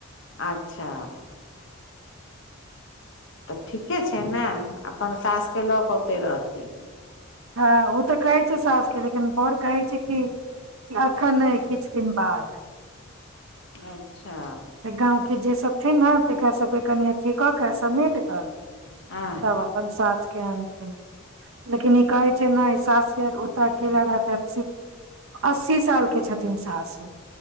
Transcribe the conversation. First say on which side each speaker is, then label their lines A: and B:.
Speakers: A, on the left; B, on the right.
A: अच्छा त ठीके छै ने अपन सासके लऽ के ओतय रहती
B: हॅं ओ त कहै छै सास के लेकिन बर कहै छै कि अखन नै किछु दिन बाद
A: अच्छा
B: से गाँंव के जे सब छै ने तकरा सबके कनि अथी क क समेट क
A: हं
B: तब अपन सासके आनथिन लेकिन ई कहै छै नय सास के ओत अकेला रहतै अस्सी साल के छथिन सास